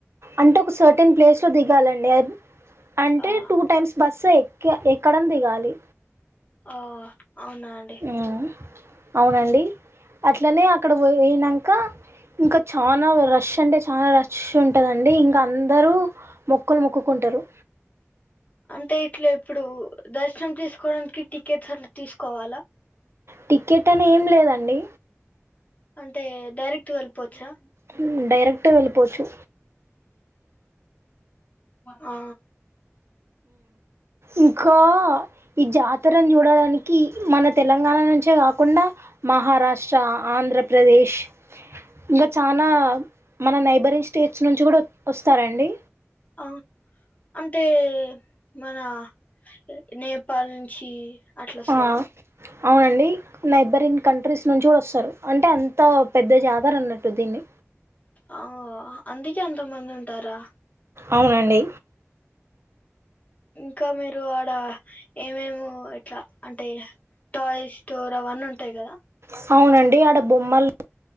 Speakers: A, on the right (about 60°); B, on the left (about 30°).
A: అంటే ఒక సర్టెన్ ప్లేస్లో దిగాలండి అఇత్ అంటే
B: ఆ
A: టూ టైమ్స్ బస్సు ఎక్క ఎక్కడం దిగాలి
B: ఆ అవునా అండి
A: హ్మ్ అవునండి అట్లనే అక్కడ పోయ్ పోయినంక ఇంక చాన రష్ అంటే చాన రష్ ఉంటదండి ఇంకా అందరూ మొక్కులు మొక్కుకుంటరు
B: అంటే ఇట్ల ఇప్పుడు దర్శనం చేసుకోడానికి టికెట్స్ అట్ల తీసుకోవాలా
A: టికెట్ అని ఏం లేదండి
B: అంటే డైరెక్ట్ గ ఎల్పోవచ్చా
A: హ్మ్ డైరెక్టే వెళ్ళిపోవచ్చు
B: ఆ
A: ఇంకా ఈ జాతరను చూడడానికి మన తెలంగాణ నుంచే గాకుండా మహారాష్ట్ర, ఆంధ్రప్రదేశ్ ఇంక చానా మన నైబరింగ్ స్టేట్స్ నుంచి కూడా ఒత్ ఒస్తారండి
B: అ అంటే మనా ఎ నేపాల్ నుంచి అట్లొస్తరా
A: ఆ అవునండి నెబరింగ్ కంట్రీస్ నుంచి కూడ వస్తరు అంటే అంత పెద్ద జాతర అన్నట్టు దీన్ని
B: ఆ అందుకే ఎంతమంది ఉంటారా
A: అవునండి
B: ఇంకా మీరు ఆడ ఏమేము ఇట్లా అంటే టాయ్స్ స్టోర్ అవన్నుంటయి గదా
A: సవునండి ఆడ బొమ్మలు